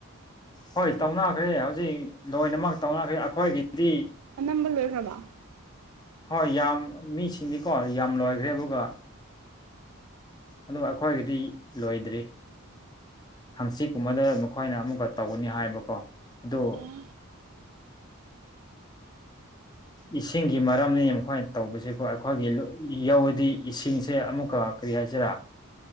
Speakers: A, on the left; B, on the right.
A: ꯍꯣꯏ ꯇꯧꯅꯈ꯭ꯔꯦ ꯍꯧꯖꯤꯛ ꯂꯣꯏꯅꯃꯛ ꯇꯧꯅꯈ꯭ꯔꯦ ꯑꯩꯈꯣꯏꯒꯤꯗꯤ
B: ꯑꯅꯝꯕ ꯂꯣꯏꯈ꯭ꯔꯕ
A: ꯍꯣꯏ ꯌꯥꯝ ꯃꯤꯁꯤꯡꯗꯤꯀꯣ ꯌꯥꯝ ꯂꯣꯏꯈ꯭ꯔꯦ ꯑꯗꯨꯒ ꯑꯗꯨ ꯑꯩꯈꯣꯏꯒꯤꯗꯤ ꯂꯣꯏꯗ꯭ꯔꯤ ꯍꯪꯆꯤꯠꯀꯨꯝꯕꯗ ꯃꯈꯣꯏꯅ ꯑꯃꯨꯛꯀ ꯇꯧꯒꯅꯤ ꯍꯥꯏꯕꯀꯣ ꯑꯗꯨ <inaudible>
B: ꯑꯣ
A: ꯏꯁꯤꯡꯒꯤ ꯃꯔꯝꯅꯤ ꯃꯈꯣꯏꯅ ꯇꯧꯕꯁꯦꯀꯣ ꯑꯩꯈꯣꯏꯒꯤ ꯌꯥꯎꯋꯗꯤ ꯏꯁꯤꯡꯁꯦ ꯑꯃꯨꯛꯀ ꯀꯔꯤ ꯍꯥꯏꯁꯤꯔꯥ